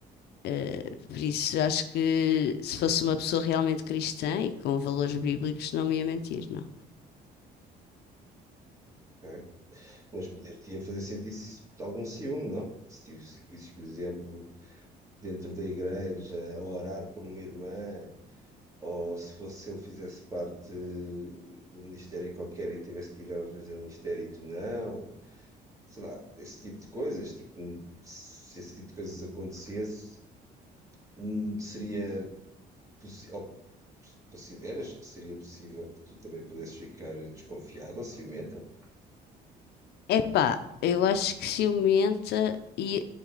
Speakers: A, on the left; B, on the right.
A: Eh, por isso, acho que se fosse uma pessoa realmente cristã e com valores bíblicos, não me ia mentir, não.
B: Ok. Mas poder-te fazer sentir -se algum ciúme, não? Se tivesse- por exemplo, dentro da igreja, a orar por uma irmã, Ou se fosse ele fizesse parte do ministério em qualquer e tivesse que ir às vezes ao ministério e tu não, sei lá, esse tipo de coisas, tipo, um, se esse tipo de coisas acontecesse, hum, seria possível, consideras que seria possível que tu também pudesses ficar desconfiado ou ciumento?
A: Epá, eu acho que ciumenta e